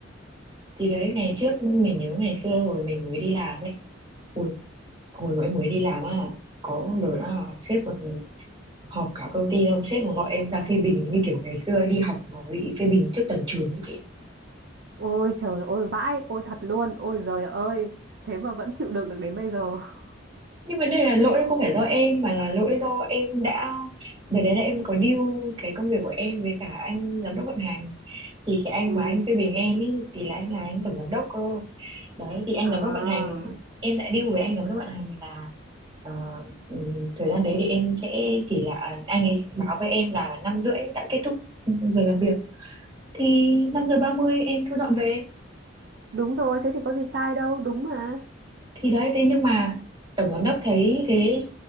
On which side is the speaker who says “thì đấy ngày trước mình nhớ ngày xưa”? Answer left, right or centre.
Right